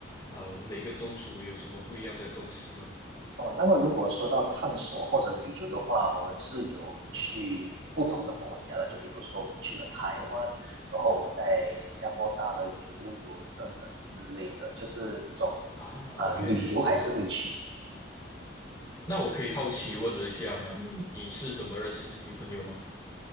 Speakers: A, on the left; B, on the right.
A: 啊，我们每个州属有什么不一样的东西吗？
B: 哦，那么如果说到探索或者旅游的话，我们是有去不同的国家的，
A: 嗯
B: 就比如说我们去了台湾，然后我们在新加坡搭了游轮等等之类的，就是这种
A: 啊，OK
B: 呃旅游还是会去。
A: OK，那我可以好奇问了一下吗？你你是怎么认识你女朋友吗？